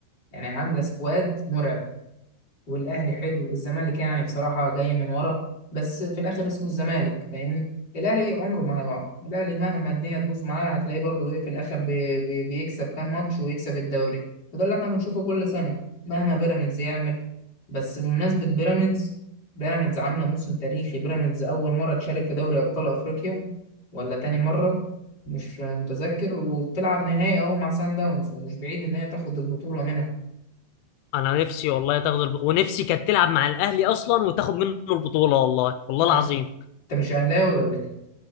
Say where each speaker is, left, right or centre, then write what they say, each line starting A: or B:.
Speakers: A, on the left; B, on the left.
A: يعني عامله سكواد مرعب والاهلي حلو الزمالك يعني بصراحه جاي من ورا بس في الاخر اسمه الزمالك فاهمني الاهلي عمره ما هيقع الاهلي مهما الدنيا تبوظ معاه هتلاقيه برضه ايه في الاخر بي بي بيكسب كام ماتش ويكسب الدوري وده اللي احنا بنشوفه كل سنه مهما بيراميدز يعمل بس بمناسبه بيراميدز بيراميدز عامله موسم تاريخي بيراميدز اول مره تشارك في دوري ابطال افريقيا ولا تاني مره مش متذكر وبتلعب نهائي اهو مع سان داونز ومش بعيد ان هي تاخد البطوله منها
B: انا نفسي والله تاخد الب... ونفسي كانت تلعب مع الاهلي اصلا وتاخد منه البطولة والله والله
A: انت
B: العظيم
A: أنت مش اهلاوي ولا ايه